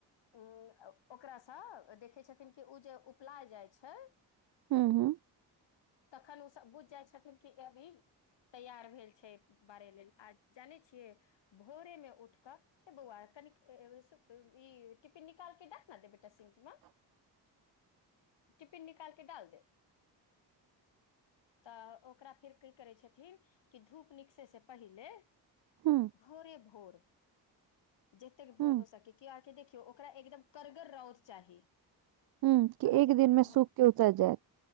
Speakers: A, on the left; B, on the right.
A: <unintelligible> ओकरा स देखै छथिन कि ओ जे उपलाय जाइ छै
B: <unintelligible>
A: तखन उऽ सभ बुझ जाइ छथिन कि अभी तैयार भेल छै बारे लेल आ जानै छियै भोरे में उठ कऽ रे बौआ कनिक <unintelligible> ई टिफिन निकालके डाक न दे बेटा सिंक म
B: <unintelligible>
A: टिफिन निकाल केँ डाल दे तऽ ओकरा फेर की करे छथिन की धूप निक तै से पहिले <inaudible>
B: हूँ
A: भोरे भोर जतेक भोर
B: हूँ
A: हो सकै किया कऽ देखियौ ओकरा एकदम करगर रौद चाही
B: हूँ कि
A: अहाँ
B: एक
A: जे
B: दिन
A: <unintelligible>
B: मे सूख के उतर जायत